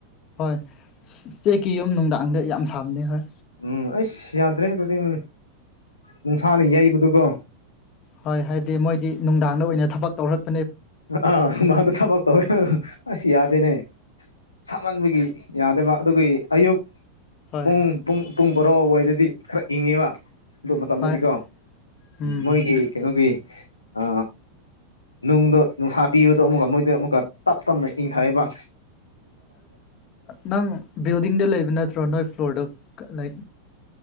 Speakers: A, on the left (about 35°); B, on the left (about 80°).
A: ꯍꯣꯏ ꯆꯦꯛꯀꯤ ꯌꯨꯝ ꯅꯨꯡꯗꯥꯡꯗ ꯌꯥꯝ ꯁꯥꯕꯅꯦ ꯍꯣꯏ
B: ꯎꯝ ꯑꯩꯁ ꯌꯥꯗ꯭ꯔꯦ ꯑꯗꯨꯗꯤꯡ ꯅꯨꯡꯁꯥꯅ ꯌꯩꯕꯗꯨꯒꯣ
A: ꯍꯣꯏ ꯍꯥꯏꯕꯗꯤ ꯃꯣꯏꯗꯤ ꯅꯨꯡꯗꯥꯡꯗ ꯑꯣꯏꯅ ꯊꯕꯛ ꯇꯧꯔꯛ
B: ꯑꯥ ꯃꯥꯗꯨ ꯊꯕ ꯇ ꯑꯁꯤ ꯌꯥꯗꯅꯦ ꯁꯥꯃꯟꯕꯒꯤ ꯌꯥꯗꯕ ꯑꯗꯨꯒꯤ ꯑꯌꯨꯛ
A: ꯍꯣꯏ
B: ꯄꯨꯡ ꯄꯨꯡ ꯄꯨꯡ ꯕꯔꯣ ꯑꯗꯨꯋꯥꯏꯗꯗꯤ ꯈꯔ ꯏꯪꯉꯤꯕ ꯑꯗꯨ ꯃꯇꯝꯗꯗꯤꯀꯣ
A: ꯍꯣꯏ ꯎꯝ
B: ꯃꯣꯏꯒꯤ ꯀꯩꯅꯣꯒꯤ ꯑ ꯅꯨꯡꯗꯣ ꯅꯨꯡꯁꯥ ꯄꯤꯕꯗꯣ ꯑꯃꯨꯛꯀ ꯃꯣꯏꯗ ꯑꯃꯨꯛꯀ ꯇꯞ ꯇꯞꯅ ꯏꯪꯊꯕ
A: ꯅꯪ ꯕꯤꯜꯗꯤꯡꯗ ꯂꯩꯕ ꯅꯠꯇ꯭ꯔꯣ ꯅꯣꯏꯠ ꯐ꯭ꯂꯣꯔꯗ ꯀ ꯂꯩ